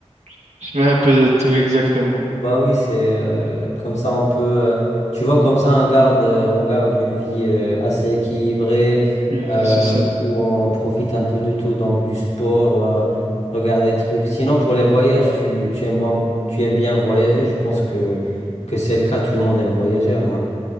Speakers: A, on the right; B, on the left.
A: <laughs> Je mets un peu de tout exactement.
B: Bah oui, c'est euh, comme ça on peut, euh, tu vois, comme ça on garde, euh, on garde une vie euh, assez équilibrée
A: Et, Euh,
B: euh,
A: c'est sain.
B: où on profite un peu de tout, donc du sport, euh, regarder des trucs. Sinon pour les voyages, tu, tu aimes, bon- tu aimes bien voyager, je pense que, que c'est le cas, tout le monde aime voyager. hein.